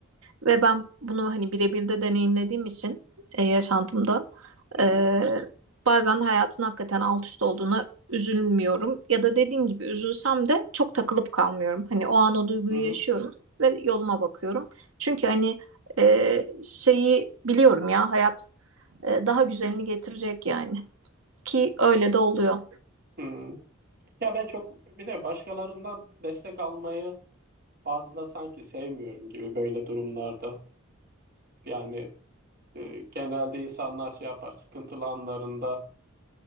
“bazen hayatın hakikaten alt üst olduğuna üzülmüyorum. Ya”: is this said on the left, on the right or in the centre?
Right